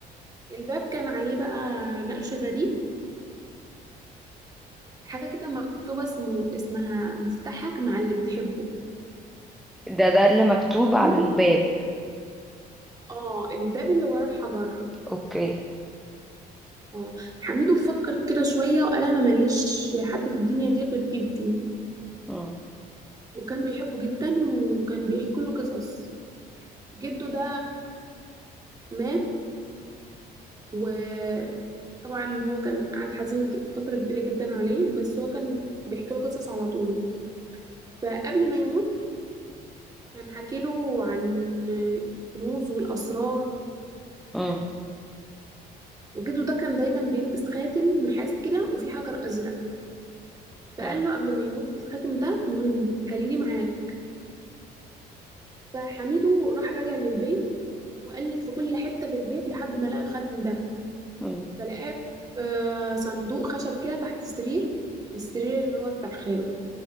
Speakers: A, on the right; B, in the centre.
A: الباب كان عليه بقى نقش غريب حاجة كده مكتوبة اسمه اسمها مفتاحك مع اللي بتحبه
B: ده ده اللي مكتوب
A: حميدو
B: على الباب
A: اه الباب اللي ورا الحجر
B: اوكي
A: اه حميدو فكر كده شوية وقال انا ماليش حد في الدنيا دي غير جدي
B: مم.
A: وكان بيحبه جدا وكان بيحكي له قصص جده ده مات وطبعا هو كان قعد حزين ك- فترة كبيرة جدا عليه بس هو كان بيحكي له قصص على طول فقبل ما يموت كان حكي له عن الكنوز والأسرار
B: مم.
A: وجده ده كان دايما بيلبس خاتم نحاس كده وفيه حجر ازرق فقال
B: آه.
A: له قبل ما يموت الخاتم ده مهم خليه معاك فحميده راح راجع للبيت وقلب في كل حته في البيت لحد ما لقى الخاتم ده
B: مم.
A: فلقاه في آه، صندوق خشب كده تحت السرير السرير اللي هو بتاع خاله